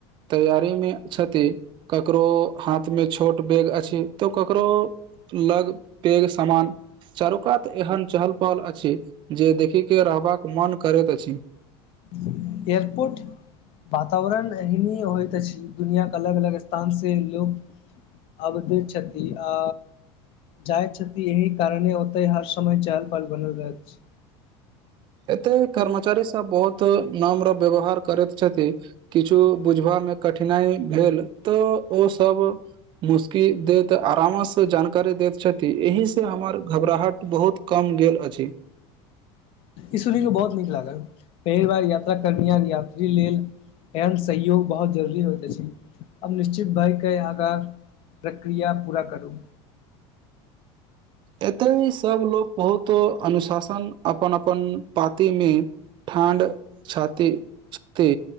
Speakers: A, on the right; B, on the left.
A: तैयारी मे छथि ककरो हाथमे छोट बैग अछि तऽ ककरो लग पेग सामान चारूकात एहन चहल पहल अछि जे देखिक के रहबाक मन करैत अछि
B: ह एयरपोर्ट वातावरण एहने होइत अछि दुनिआ के अलग अलग स्थान से लोक आबति छथि आ जाइ छथि एहि कारणे ओतय हर समय चहल पहल बनि रहै अछि
A: एते कर्मचारी सब बहुत नम्र व्यवहार करति छथि किछु बुझबामे कठिनाइ भेल तऽ ओसब मुश्की देैत आरामो से जानकारी दैत छथि एहिस हमर घबराहट बहुत कम गेल अछि
B: ई सुन कऽ बहुत नीक लागल पहिल बार यात्रा करनियार यात्री लेल एन सहयोग बहुत जरुररी होइत अछि अब निश्चित भयके आंहाक प्रक्रिया पूरा करू
A: एतउ ह सब लोग बहुत अनुशासन अपन अपन पाते मे ठण्ड छाती छते